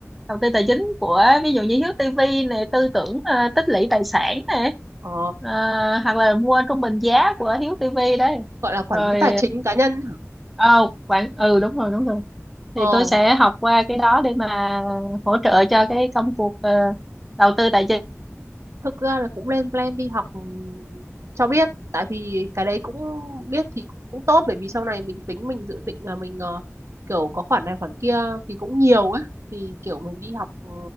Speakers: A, in the centre; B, on the right.
A: đầu tư tài chính của ví dụ như Hiếu TV này tư tưởng ờ, tích lũy tài sản này
B: ờ,
A: ờ, hoặc là mua trung bình giá của Hiếu TV đấy
B: gọi là quản
A: rồi
B: lý tài chính cá nhân hả
A: ờ oh, bạn ừ đúng rồi đúng rồi
B: ờ
A: thì tôi sẽ học qua cái đó để mà hỗ trợ cho cái công cuộc ờ, đầu tư tài chính
B: thực ra là cũng lên plan đi học cho biết tại vì cái đấy cũng biết thì cũng tốt bởi vì sau này mình tính mình dự định là mình ờ, kiểu có khoản này khoản kia thì cũng nhiều á thì kiểu mình đi học ờ,